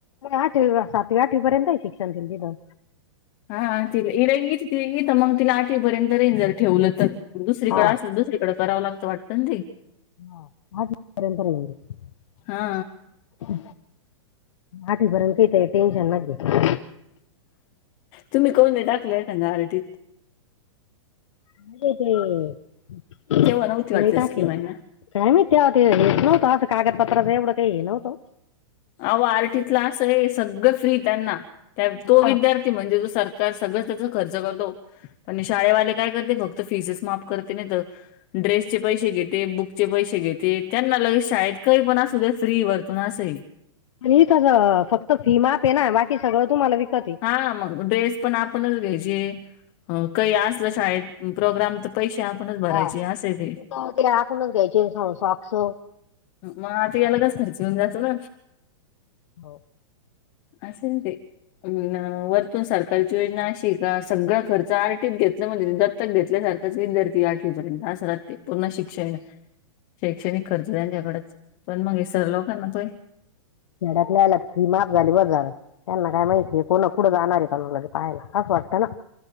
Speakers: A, on the left; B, on the left.
A: आंठवी सातंवी आठंवी पर्यंतही शिक्षण आहे तिथं
B: हां तिले इडंयली इथं मंग तिलां आठवीपर्यंत रेन जरं ठेवलं तरं दुसरीकडें
A: हा,
B: असेलं दुसरीकडें करावं लागतं वाटतं नां ते
A: आंठ वी पर्यंत रहाते
B: हा
A: आंठीपर्यंत आहे कांहीं ते टेन्शंन नकां घेऊ
B: तुम्हीं कोन टाकलंय कां नां आरटीतं
A: <unintelligible> नाही
B: तेव्हा नव्हती वाटत
A: टाकलं.
B: स्कीम आहे ना
A: काय माहित तेव्हा ते हेच नव्हतं असं, कागदपत्राचं एवढं काही हे नव्हतं.
B: आओ आर्टितल आसय सगळं फ्री त्यांना, तो
A: ना.
B: विद्यार्थी की, म्हणजे जो सरकार सगळंच त्याच खर्च करतो. आणि शाळेवाले काय करते? फक्त फीसेस माफ करते, नाही तर ड्रेसचे पैसे घेते, बुकचे पैसे घेते, त्यांना लगेच शाळेत काही पण असू द्या, फ्री ए वरतून असय.
A: आणि हीथसं फक्त फी माप ए ना, बाकी सगळं तुम्हाला विकत आहे.
B: हा मग ड्रेस पण आपणच घ्यायचे, अ काही असलं शाळेत प्रोग्राम त पैसे आपणच भरायचे
A: हा,
B: असंय ते
A: बुट ते आपणच घ्यायचे सॉक्स
B: म आता याला कस खर्च येऊन जातो ना.
A: हो.
B: असेन ते. वरतून सरकारची योजना अशी ए का, सगळा खर्च आरटीत घेतल म्हणजे तर दत्तक घेतल्यासारखाच विद्यार्थी आठवीपर्यंत असं राहते. पूर्ण शिक्षण, शैक्षणिक खर्च त्यांच्याकडेच पण मग हे सर लोकांना पहाय
A: खेड्यातली आल्यात फी माफ झाली, बरं झालं. त्यांना काय माहितीय? कोणा पुढं जाणार आहे का? मुला पाहायल असं वाटतं ना.